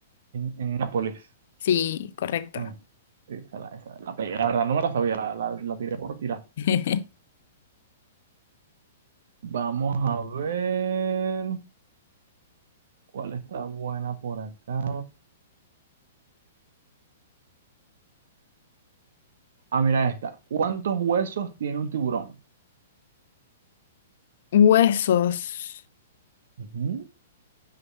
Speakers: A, on the right (about 55°); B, on the left (about 55°).
A: en, en Nápoles.
B: Sí, correcto.
A: Ah, sí, esa la, esa la pegué. La verdad no me la sabía, la, la, la tiré por tirar.
B: <laughs>
A: Vamos a ver cuál está buena por acá. Ah, mira esta. ¿Cuántos huesos tiene un tiburón?
B: Huesos.
A: Ujú.